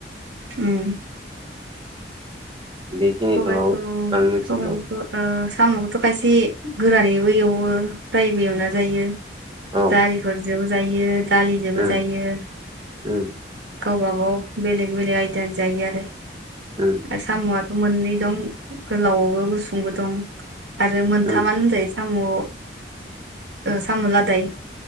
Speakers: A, on the right (about 80°); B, on the right (about 30°).
A: उम
B: बेखिनिखौल'
A: सबायखौ
B: आं मिथिगौ
A: सबायफोरखौ ओ साम'खौथ' खायसे गोरानैबो एवो फ्रायबो एवना जायो
B: औ
A: जारिफोर जोंबो जायो दालिजोंबो
B: उम
A: जायो।
B: उम
A: गावबा गाव बेलेग बेलेग आयदानि जायो आरो
B: उम
A: दा साम'आ मोननै दं गोलावबो गुसुंबो दं आरो मोनथामानो
B: उम
A: होनजायो साम' ओ सामुलादाय